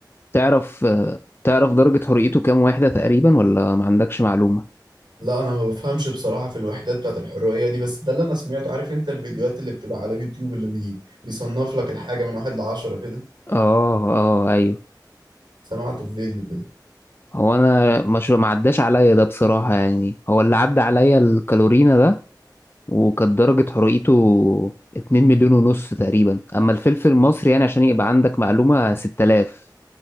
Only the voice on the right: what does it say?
لا انا ما بفهمش بصراحه في الوحدات بتاعت الحريه دي بس ده اللي انا سمعته عارف انت الفيديوهات اللي بتبقى على يوتيوب اللي بي... بيصنف لك الحاجه من واحد لعشرة كده
سمعته في فيديو كده